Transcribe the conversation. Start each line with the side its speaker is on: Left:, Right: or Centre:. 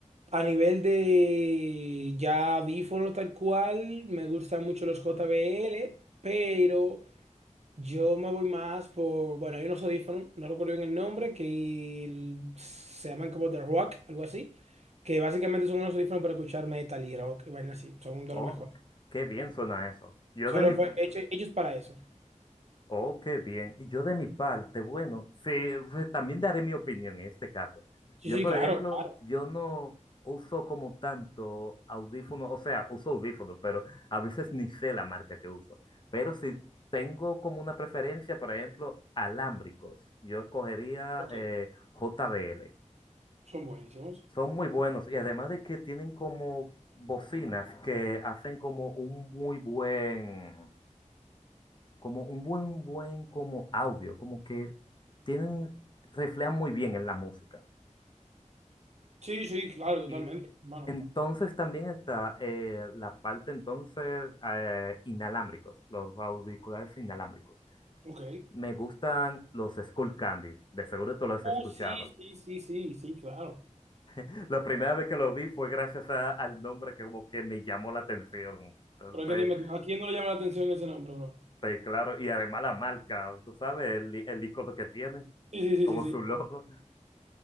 Right: a nivel de ya audífonos tal cual, me gustan mucho los JBL, pero yo me voy más por, bueno, hay unos audífonos, no recuerdo bien el nombre, que el- se llaman como The Rock, algo así, que básicamente son unos audífonos para escuchar metal y rock, y vainas así, son de
Left: Oh,
Right: los mejores.
Left: qué bien suena eso. Yo
Right: Solo
Left: de mi... p-
Right: fue hecho- hechos para eso.
Left: Oh, qué bien. Y yo de mi parte, bueno, sí, pues, también daré mi opinión en este caso.
Right: Sí,
Left: Yo,
Right: sí,
Left: por
Right: claro,
Left: ejemplo,
Right: claro.
Left: yo no uso como tanto audífonos, o sea, uso audífonos, pero a veces ni sé la marca que uso. Pero si tengo como una preferencia, por ejemplo, alámbricos, yo escogería
Right: Ok.
Left: eh, JBL.
Right: Son buenísimos.
Left: Son muy buenos y además de que tienen como bocinas que hacen como un muy buen, como un buen, buen como audio, como que tienen, reflejan muy bien en la música.
Right: Sí, sí, claro, totalmente,
Left: Y
Right: hermano.
Left: entonces también está eh, la parte entonces eh, inalámbricos, los auriculares inalámbricos.
Right: Ok.
Left: Me gustan los Skull Candies, de seguro tú los has
Right: Oh,
Left: escuchado.
Right: sí, sí, sí, sí, sí, claro.
Left: <laughs> La primera vez que lo vi fue gracias a- al nombre que como que me llamó la atención. Entonces,
Right: Pero es
Left: fue
Right: que dime tú, ¿a quién no le llama la atención ese nombre, bro?
Left: Sí, claro, y además la marca, tú sabes, el, i- el icono que tiene,
Right: Sí, sí, sí,
Left: como
Right: sí, sí.
Left: su logo.